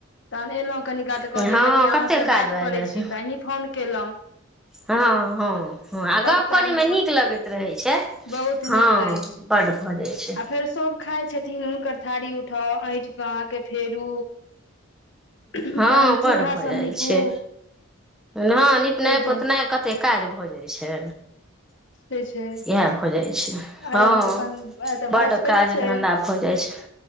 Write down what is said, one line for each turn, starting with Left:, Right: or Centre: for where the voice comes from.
Left: तहन एलहुं कनि कात कहलियै
Centre: हँ
Left: कनि
Centre: कते
Left: अहाँसँ
Centre: काज
Left: बात
Centre: भए
Left: करै
Centre: जाइ छै
Left: छी तऽ अहीं फोन केलहुँ
Centre: हँ हँ हँ आ
Left: बर्तन
Centre: गप करयमे नीक लगैत रहैत छै
Left: बहुत
Centre: हँ
Left: नीक लागै छै आ
Centre: बड्ड भऽ जाइ छै
Left: फेर सब खाय छथिन हुनकर थारी उठाउ ऐठ अहांके फेरू तहन
Centre: हँ बड
Left: चूल्हा
Centre: भऽ
Left: सब
Centre: जाइत
Left: नीपू
Centre: छै ह निपनाय
Left: ताहि
Centre: पोतनाई
Left: दुआरे
Centre: कत कते काज भऽ जाई छै
Left: से छै
Centre: इएह भ जाई छै
Left: आइ
Centre: हँ
Left: अहाँके तऽ बृहस्पति
Centre: बड काज
Left: छै
Centre: धंधा भ जाय छै